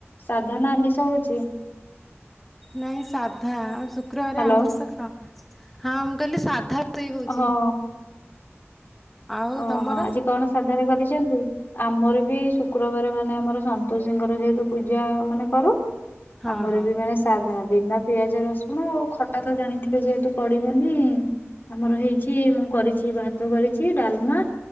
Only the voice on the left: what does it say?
ସାଧା ନା ଆମିଷ ହଉଛି?
ହ୍ୟାଲୋ
ହଁ
ଓହୋ
ଆଜି କଣ ସାଧାରେ କରିଛନ୍ତି? ଆମର ବି ଶୁକ୍ରବାର ମାନେ ଆମର ସନ୍ତୋଷୀଙ୍କର ଯେହେତୁ ପୂଜା ମାନେ କରୁ।
ଆମର
ବି ମାନେ ସ ସାଧା, ବିନା ପିଆଜ, ରସୁଣ ଆଉ ଖଟା ତ ଜାଣିଥିବେ ଯେହେତୁ ପଡିବନି। ଆମର ହେଇଛି ମୁଁ କରିଛି ଭାତ କରିଛି ଡାଲମା।